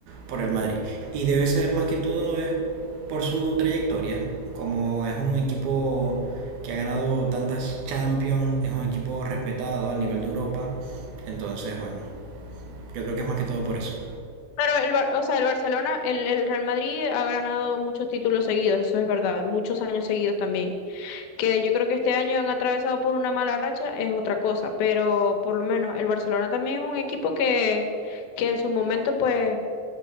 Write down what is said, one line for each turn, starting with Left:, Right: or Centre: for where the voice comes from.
Right: por el Madrid. Y debe ser más que todo es por su trayectoria. Como es un equipo que ha ganado tantas Champions, es un equipo respetado a nivel de Europa. Entonces, bueno, yo creo que es más que todo por eso.
Left: Pero el, Bar- o sea, el Barcelona, el, el Real Madrid ha ganado muchos títulos seguidos, eso es verdad, muchos años seguidos también. Que yo creo que este año han atravesado por una mala racha es otra cosa, pero por lo menos el Barcelona también es un equipo que, que en su momento pues